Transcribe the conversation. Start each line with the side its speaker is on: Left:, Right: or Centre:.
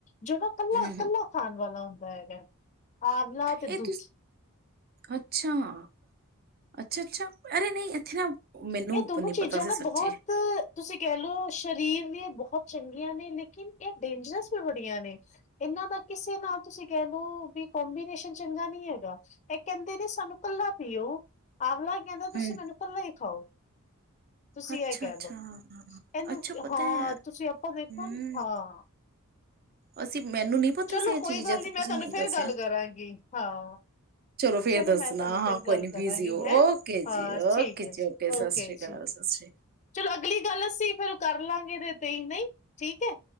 Left: ਜਿਹੜਾ ਕੱਲਾ-ਕੱਲਾ
Right: ਹੂੰ-ਹੂੰ
Left: ਖਾਣ ਵਾਲਾ ਹੁੰਦਾ। ਹੈਗਾ, ਆਵਲਾ ਤੇ
Right: ਇਹ
Left: ਦੁੱਧ
Right: ਤੁਸੀਂ ਅੱਛਾ, ਅੱਛਾ-ਅੱਛਾ, ਅਰੇ ਨਹੀਂ ਇੱਥੇ ਨਾ ਮੈਨੂੰ
Left: ਇਹ ਦੋਨੋ
Right: ਨੀ
Left: ਚੀਜ਼ਾਂ
Right: ਪਤਾ
Left: ਨਾ
Right: ਸੀ ਸੱਚੀ।
Left: ਬਹੁਤ ਤੁਸੀਂ ਕਹਿ ਲਓ ਸਰੀਰ ਲਈ ਬਹੁਤ ਵਧਿਆ ਹੈ। ਚੰਗੀਆਂ ਨੇ ਲੇਕਿਨ ਇਹ ਡੇਂਜਰਸ ਵੀ ਬੜੀਆਂ ਨੇ ਇਹਨਾਂ ਦਾ ਨੁਕਸਾਨ ਵੀ ਹੁੰਦਾ। ਕਿਸੇ ਨਾਲ ਤੁਸੀਂ ਕਹਿ ਲਉ ਕੀ, ਕੋਂਬੀਨੇਸ਼ਨ ਚੰਗਾ ਨੀ ਹੈਗਾ ਇਹ ਕਹਿੰਦੇ ਨੇ ਸਾਨੂੰ ਕੱਲਾ ਪੀਓ ਆਵਲਾ
Right: ਹੂੰ-ਹੂੰ।
Left: ਤੁਸੀ ਮੈਨੂੰ ਪੇਲਾ ਹੀ, ਖਾਓ, ਤੁਸੀਂ
Right: ਅੱਛਾ-ਅੱਛਾ,
Left: ਇਹ ਕਹਿ
Right: ਅੱਛਾ ਅੱਛਾ
Left: ਲਓ ਇਹਨੂੰ
Right: ਅੱਛਾ ਪਤਾ
Left: ਹਾਂ
Right: ਹੈ
Left: ਤੁਸੀਂ ਆਪਾਂ ਦੇਖੋ
Right: ਹੂੰ।
Left: ਹਾਂ।
Right: ਅਸੀਂ, ਮੈਨੂੰ ਨੀ ਪਤਾ
Left: ਚਲੋ
Right: ਸੀ ਇਹ
Left: ਕੋਈ
Right: ਚੀਜ਼
Left: ਗੱਲ
Right: ਹੈ
Left: ਨੀ
Right: ਤੇ
Left: ਮੈਂ
Right: ਤੁਸੀਂ
Left: ਤੁਹਾਨੂੰ
Right: ਮੈਨੂੰ
Left: ਫੇਰ
Right: ਦੱਸਿਆ।
Left: ਗੱਲ ਕਰਾਂਗੀ ਹਾਂ
Right: ਫੇਰ
Left: ਚਲੋ
Right: ਦੱਸਣਾ
Left: ਮੈਂ ਤੁਹਾਨੂੰ ਫੇਰ
Right: ਹਾਂ ਕੋਈ
Left: ਗੱਲ
Right: ਨੀ
Left: ਕਰਾਂਗੀ
Right: ਬਿਜ਼ੀ ਹੋ
Left: ਹੈਂ
Right: ਓਕੇ
Left: ਹਾਂ
Right: ਜੀ ਓਕੇ
Left: ਠੀਕ ਹੈ ਜੀ
Right: ਸਤਿ
Left: ਓਕੇ
Right: ਸ੍ਰੀ ਅਕਾਲ
Left: ਜੀ
Right: ਸਤਿ ਸ੍ਰੀ
Left: ਚਲੋ ਅਗਲੀ ਗੱਲ ਅਸੀਂ ਫਿਰ ਕਰ ਲਾਂਗੇ। ਤੇ ਹੀ ਨਹੀਂ ਠੀਕ ਹੈ।